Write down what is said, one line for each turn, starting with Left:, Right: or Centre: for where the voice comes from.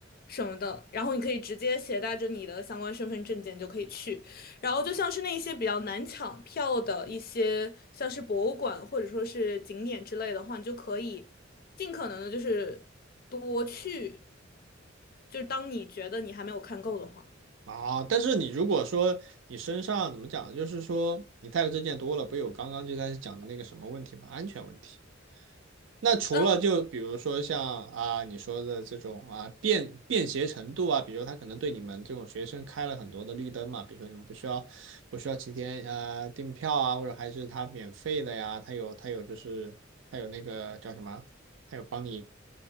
Left: 什么的，然后你可以直接携带着你的相关身份证件就可以去。然后就像是那一些比较难抢票的一些，像是博物馆或者说是景点之类的话，你就可以尽可能的就是多去。就是当你觉得你还没有看够的话，
Right: 啊，但是你如果说你身上怎么讲，就是说你带的这件多了，不有刚刚就开始讲的那个什么问题吗？安全问题。那除了就比如说像啊你说的这种啊便便携程度啊，
Left: 嗯
Right: 比如他可能对你们这种学生开了很多的绿灯嘛，比如说你们不需要不需要提前啊订票啊，或者还是他免费的呀，他有他有就是他有那个叫什么，他有帮你